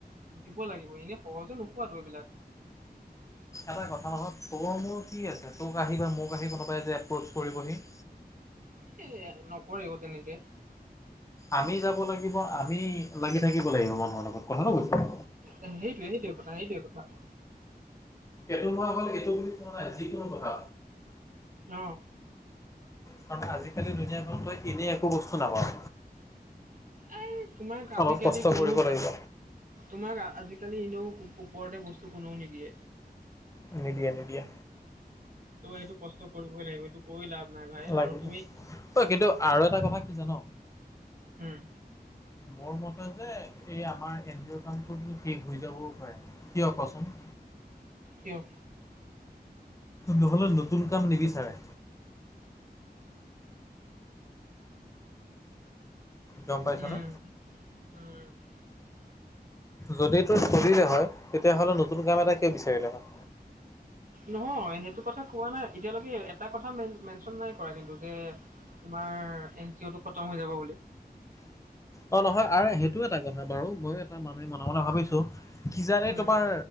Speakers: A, on the right (about 50°); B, on the left (about 20°).
A: শিকিব লাগিব এনেই সহজে নোপোৱাতো এইবিলাক।
B: এটা কথা নহয় তোৰ মোৰ কি আছে? তোক আহি বা মোক আহি কোনোবাই যে এপ্ৰচ কৰিবহি?
A: সেয়াই নকৰিব তেনেকে।
B: আমি যাব লাগিব, আমি লাগি থাকিব লাগিব মানুহৰ লগত কথাটো কৈছো।
A: যেন সেইটোৱে - সেইটোৱে কথা সেইটোৱে কথা।
B: এইটো মই অকল এইটো বুলি কোৱা নাই যিকোনো কথা।
A: অ
B: কাৰন আজিকালি দুুনীয়াখন তই এনেই একো বস্তু নাপাওঁ,
A: এই তোমাক আজিকালি
B: অলপ কষ্ট
A: কোনো
B: কৰিব লাগিব।
A: তোমাক আজিকালি এনেও ওপৰতে বস্তু কোনেও নিদিয়ে।
B: নিদিয়ে নিদিয়ে।
A: ত' সেইটো কষ্ট কৰিবই লাগিব এইটো কৈ লাভ নাই ভাই
B: লাগিব
A: আৰু তুমি
B: ঐ কিন্তু আৰু এটা কথা কি জান
A: হম্।
B: মোৰ মতে যে এই আমাৰ এন জি অৰ কামটো কি ঠিক হৈ যাবও পাৰে কিয় কচোন?
A: কিয়?
B: নহ'লে নতুন কাম নিবিচাৰে। গম পাইছ
A: উম
B: নে?
A: উম।
B: যদি তোৰ চলিলে হয়, তেতিয়াহ'লে নতুন কাম এটা কিয় বিচাৰিলে হয়।
A: নহয় সেইটো কথা কোৱা নাই এতিয়ালৈকে এটা কথা মেনচন নাই কৰা কিন্তু যে তোমাৰ এন চি অ' টো খতম হৈ যাব বুলি।
B: অ নহয় আৰু সেইটো এটা কথা বাৰু মইও এটা মানুহে মনে মনে ভাবিছো কিজানি
A: উম
B: তোমাৰ